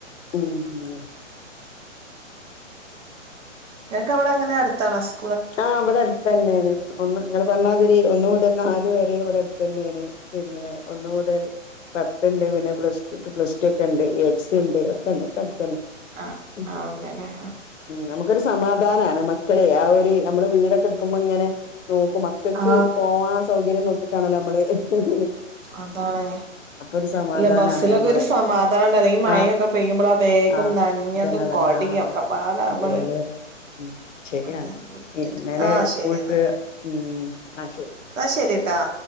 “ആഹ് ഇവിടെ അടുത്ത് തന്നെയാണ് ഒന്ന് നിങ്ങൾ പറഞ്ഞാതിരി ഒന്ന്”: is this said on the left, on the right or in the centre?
Left